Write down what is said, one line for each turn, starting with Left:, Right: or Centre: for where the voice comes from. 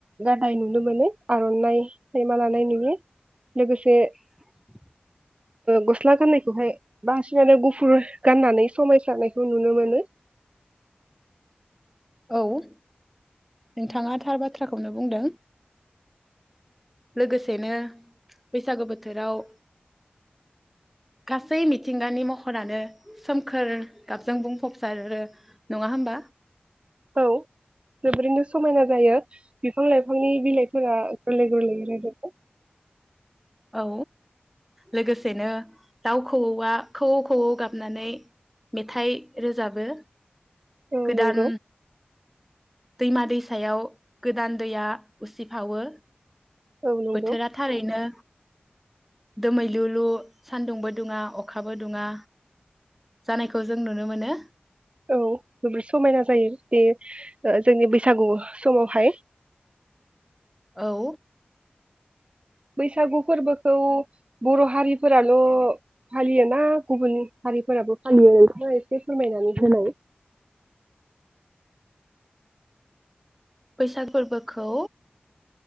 Right: गाननाय नुनो मोनो आर'नाइ खायमा लानाय नुयो लोगोसे
Centre: <unintelligible>
Right: गस्ला गाननायखौहाय बांसिनानो गुफुर गाननानै समायसारनायखौ नुनो मोनो।
Centre: औ नोंथाङा थार बाथ्राखौनो बुंदों। लोगोसेनो बैसागो बोथोराव गासै मिथिंगानि महरानो सोमखोर गाबजों बुंफबसारो नङा होमबा?
Right: औ जोबोरैनो समायना जायो बिफां लाइफांनि बिलाइफोरा गोरलै गोरलै रोदोमो।
Centre: औ लोगोसेनो दाउ खौवौआ खौवौ खौवौ गाबनानै मेथाइ रोजाबो।
Right: औ
Centre: गोदान
Right: नंगौ।
Centre: दैमा दैसायाव गोदान दैया उसिफावो।
Right: औ नंगौ
Centre: बोथोरा थारैनो दोमैलुलु सान्दुंबो दुङा अखाबो दुङा जानायखौ जों नुनो मोनो।
Right: औ जोबोद समायना जायो बे जोंनि बैसागु समावहाय
Centre: औ
Right: बैसागु फोरबोखौ बर' हारिफोराल' फालियोना गुबुन हारिफोराबो फालियो नोथांआ एसे फोरमायनानै होनाय
Centre: बैसाग फोरबोखौ